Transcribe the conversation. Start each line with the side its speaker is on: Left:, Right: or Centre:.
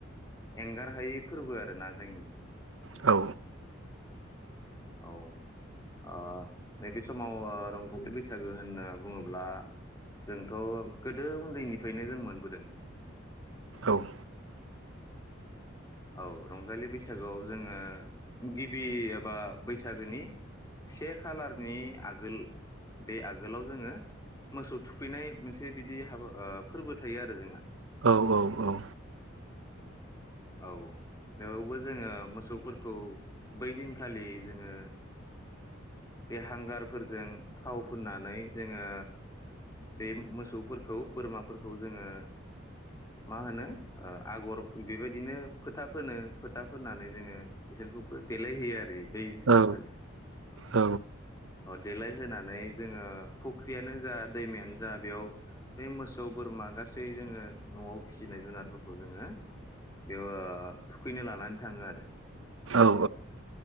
Left: एंगार हायै फोरबो आरोना जोंनि।
Right: औ।
Left: औ ओ नैबे समाव ओ रंजालि बैसागो होनना बुङोब्ला जोंथ' गोदो उन्दैनिफ्रायनो जों मोनबोदों।
Right: औ।
Left: औ रंजालि बैसागोआव जोङो गिबि एबा बैसागोनि से खालारनि आगोल बे आगोलाव जोङो मोसौ थुखैनाय मोनसे बिदि हाबा ओ फोरबो थायो आरो जोंहा।
Right: औ औ औ।
Left: औ बेयावबो जोङो मोसौफोरखौ बै दिनखालि जोङो बे हांगारफोरजों थाव फुननानै जोङो बे मोसौफोरखौ बोरमाफोरखौ जोङो मा होनो आगर बेबायदिनो फोथा फोनो फोथा फोननानै जोङो बिसोरखौबो देलायहोयो आरो। बैबि सानखालि।
Right: औ औ
Left: अ देलाय होनानै जोङो फुख्रियानो जा दैमायानो जा बेयाव बै मोसौ बोरमा गासै जोङो न'आव फिसिनाय जुनारफोरखौ जोङो। बेयाव ओ थुखैनो लानानै थाङो आरो।
Right: औ